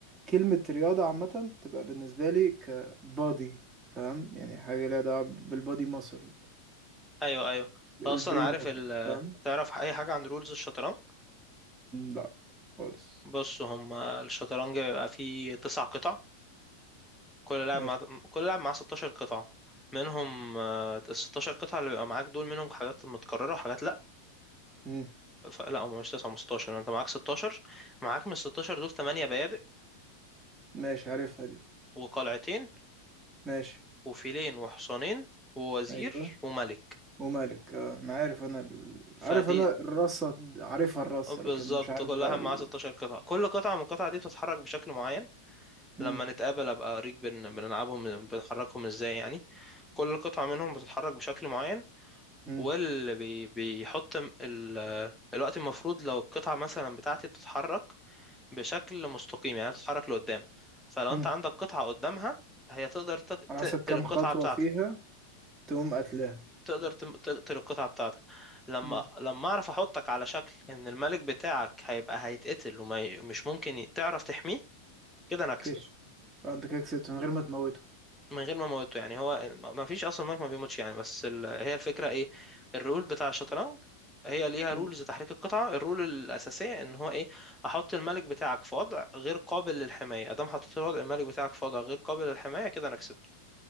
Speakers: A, on the right; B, in the centre.
A: كلمة رياضة عامة بتبقى بالنسبة لي كبادي فاهم يعني حاجة ليها دعوة بالبادي ماسل
B: ايوه ايوه انت
A: البرين
B: اصلا عارف
A: ماسل
B: ال
A: فاهم
B: تعرف اي حاجه عن رولز الشطرنج
A: لا خالص
B: بص هم الشطرنج بيبقى فيه تسع قطع كل لاعب
A: ماشي
B: مع كل لاعب معاه 16 قطعه منهم آه، ال 16 قطعه اللي بيبقى معاك دول منهم حاجات متكرره وحاجات لا
A: مم.
B: ف... لا هم مش 9 هم 16 انت معاك 16 معاك من ال 16 دول 8 بيادق
A: ماشي عارفها دي
B: وقلعتين
A: ماشي
B: وفيلين وحصانين ووزير
A: ايوه
B: وملك
A: ومالك اه انا عارف انا ال...
B: فدي
A: عارف انا الرصة عارفها الرصة
B: بالظبط
A: لكن مش عارف
B: كلها
A: بقى
B: معاها
A: ال...
B: 16 قطعة كل قطعة من القطع دي بتتحرك بشكل معين
A: مم.
B: لما نتقابل ابقى اوريك بن... بنلعبهم بنحركهم ازاي يعني كل قطعة منهم بتتحرك بشكل معين
A: مم.
B: واللي بي... بيحط م- ال... الوقت المفروض لو القطعة مثلا بتاعتي بتتحرك بشكل مستقيم يعني بتتحرك لقدام فلو
A: مم.
B: انت عندك قطعة قدامها هي تقدر تك-
A: على
B: تقتل
A: حسب كام
B: القطعة
A: خطوة
B: بتاعتك
A: فيها تقوم قتلها
B: تقدر تم- تقتل القطعة بتاعتك لما
A: مم.
B: لما اعرف احطك على شكل ان الملك بتاعك هيبقى هيتقتل ومش ممكن ي- تعرف تحميه كده انا اكسب
A: كش اه انت كده كسبت من غير ما تموته
B: من غير ما اموته يعني هو ما ما فيش اصلا ملك ما بيموتش يعني بس ال... هي الفكرة ايه الرول بتاع الشطرنج هي ليها
A: مم.
B: رولز تحريك القطعة الرول الأساسية إن هو إيه أحط الملك بتاعك في وضع غير قابل للحماية أدام حطيت الوضع الملك بتاعك في وضع غير قابل للحماية كده أنا كسبت